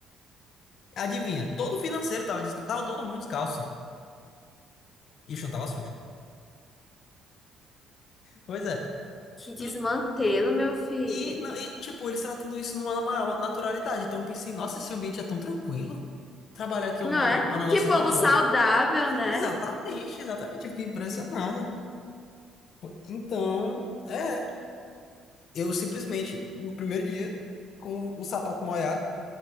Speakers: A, on the left; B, on the left.
A: Adivinha, todo o financeiro tava descalço, tava todo mundo descalço. E o chão tava sujo. Pois é.
B: Que desmantelo,
A: E,
B: meu filho.
A: e, não- e, tipo, eles tratando isso numa maior naturalidade. Então eu pensei, nossa, esse ambiente é tão tranquilo. Trabalhar aqui é
B: Não
A: um, é
B: é?
A: um negócio
B: Que povo
A: tão bom.
B: saudável, né?
A: Exatamente, exatamente. Eu fiquei impressionado. Pô, Então, é, eu simplesmente, no primeiro dia, com o sapato molhado,